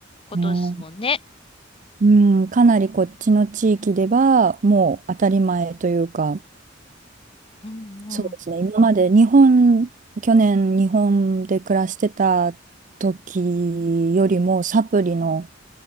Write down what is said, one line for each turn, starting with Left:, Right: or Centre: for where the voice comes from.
Left: ことですもんね。
Right: ね。うん、かなりこっちの地域ではもう当たり前というか、
Left: うんうん。
Right: そうですね、今まで日本、去年日本で暮らしてた時よりもサプリの